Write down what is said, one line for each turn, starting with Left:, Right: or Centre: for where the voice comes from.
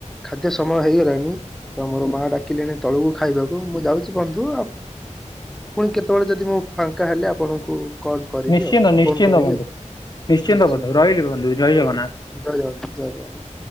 Centre: ଖାଦ୍ୟ ସମୟ ହେଇଗଲାଣି। ତ ମୋର ମାଆ ଡାକିଲେଣି ତଳକୁ ଖାଇବାକୁ ମୁଁ ଯାଉଚି ବନ୍ଧୁ ଆଉ ପୁଣି କେତେବେଳେ ଯଦି ମୁଁ ଫାଙ୍କା ହେଲେ ଆପଣଙ୍କୁ କଲ୍ କରିବି
Left: ନିଶ୍ଚିନ୍ତ
Centre: ଆଉ
Left: ନିଶ୍ଚିନ୍ତ
Centre: ଫୋନ୍ କରିବି
Left: ବନ୍ଧୁ
Centre: ଆଉ ନିଶ୍ଚିନ୍ତ
Left: ବନ୍ଧୁ ରହିଲି ବନ୍ଧୁ ଜୟ ଜଗନ୍ନାଥ।
Centre: ରଖୁଚି। ଜୟ ଜଗନାଥ ଜୟ ଜଗନାଥ।